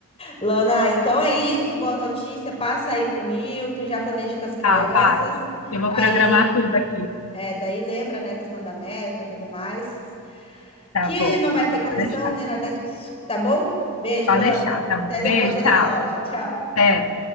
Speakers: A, on the left; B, on the left.
A: Lana, então é isso, boa notícia. Passa aí pro Newton, já planeja com as crianças.
B: Ah, Paty, eu vou
A: Aí,
B: programar tudo aqui.
A: é, daí lembra, né, a questão da meta, tudo mais.
B: Tá
A: Que
B: bom,
A: não vai ter comissão
B: pode deixar.
A: nem nada disso, tá bom? Beijo,
B: Pode
A: Lana.
B: deixar, tá
A: Até
B: bom. Beijo,
A: depois ali
B: tchau.
A: na loja. Tchau.
B: Até.